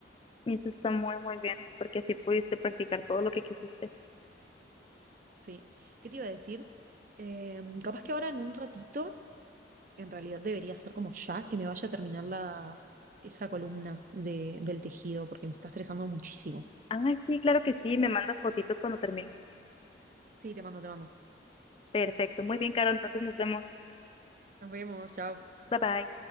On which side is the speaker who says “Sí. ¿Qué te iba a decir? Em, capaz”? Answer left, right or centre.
Right